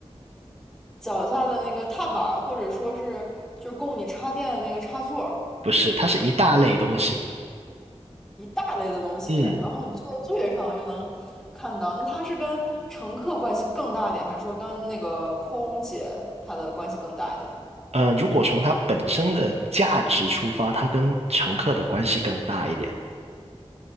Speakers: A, in the centre; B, on the right.
A: 脚下的那个踏板儿，或者说是就是供你插电的那个插座。
B: 不是，它是一大类东西。
A: 一大类的东西，
B: 嗯，
A: 然后你坐在座位上又能看到，那它是跟乘客关系更大一点，还是说跟那个空姐她的关系更大一点？
B: 呃，如果从它本身的价值出发，它跟乘客的关系更大一点。